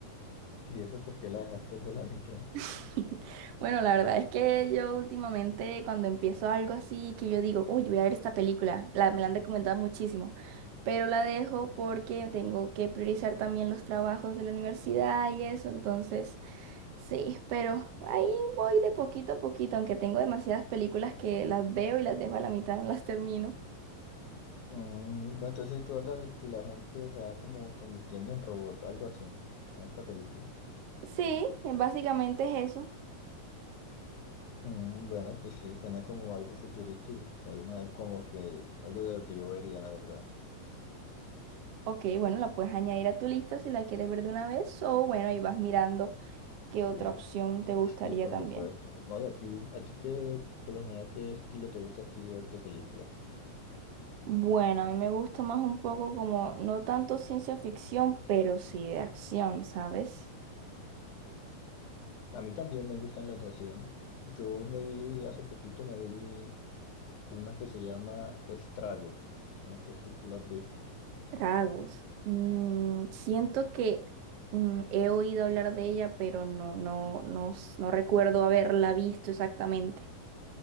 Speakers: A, on the left (about 65°); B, on the right (about 60°).
A: Y eso porque la dejaste por la mitad.
B: <laughs> Bueno, la verdad es que yo últimamente cuando empiezo algo así, que yo digo, uy, voy a ver esta película, la, me la han recomendado muchísimo, pero la dejo porque tengo que priorizar también los trabajos de la universidad y eso, entonces sí, pero ahí voy de poquito a poquito, aunque tengo demasiadas películas que las veo y las dejo a la mitad, no las termino.
A: Mm, bueno, entonces tú hablas de que la gente se va como convirtiendo en robot, algo así, en esta película.
B: Sí, eh, básicamente es eso.
A: Mm, bueno, pues sí, suena como algo futurístico, o sea, no es como que algo de lo que yo vería, la verdad.
B: Ok, bueno, la puedes añadir a tu lista si la quieres ver de una vez, o bueno, ahí vas mirando qué otra
A: Sí,
B: opción te gustaría
A: sí, por
B: también.
A: supuesto. No, y a ti, a ti qué, por lo general, ¿qué estilo te gusta a ti ver de películas?
B: Bueno, a mí me gusta más un poco como, no tanto ciencia ficción, pero sí de acción, ¿sabes?
A: A mí también me gustan las de acción. Yo me vi, hace poquito me vi una que se llama Estragos. No sé si tú la has visto.
B: Tragos. Mm, siento que mm, he oído hablar de ella, pero no, no, no, s- no recuerdo haberla visto exactamente.